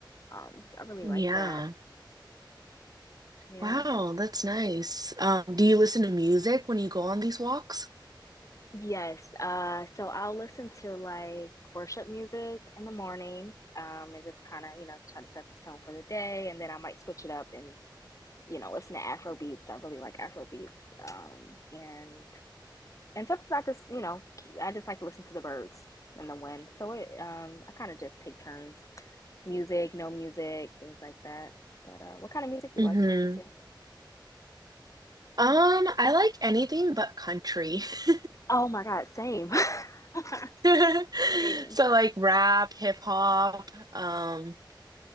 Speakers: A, on the left; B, on the right.
A: Um, so I really
B: Yeah.
A: like that. yeah.
B: Wow, that's nice. Um, do you listen to music when you go on these walks?
A: Yes, uh, so I'll listen to like worship music in the morning, um, and just kind of, you know, try to set the tone for the day, and then I might switch it up and, you know, listen to Afro beats. I really like Afro beats. Um, and and sometimes I just, you know, k- I just like to listen to the birds and the wind. So it, um, I kind of just take turns, music, no music, things like that. But uh, what kind of music do
B: Mm-hmm.
A: you like to listen to?
B: Um, I like anything but country. <laughs>
A: Oh my God, same. <laughs>
B: <laughs>
A: Same.
B: So like rap, hip hop, um,